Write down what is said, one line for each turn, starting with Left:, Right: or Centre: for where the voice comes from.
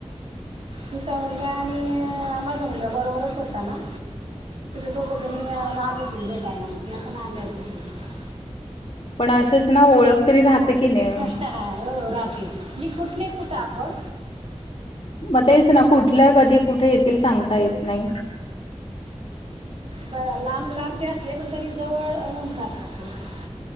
Right: तिचा मुलगा आणि आ माझा मुलगा बरोबरच होता ना. दोघजनी आले होते भेटायला त्या पण आल्या होत्या भेटायला....
Left: पण असंच ना ओळख तरी राहत की नाही....
Right: अच्छा हो राहाते म्हणजे कुठले कुठे आपण.....
Left: मग तेच ना कुठल्या कधी कुठे येतील सांगता येत नाही.
Right: बर लांब लांबचे असले पण तरी जवळ होऊन जातात...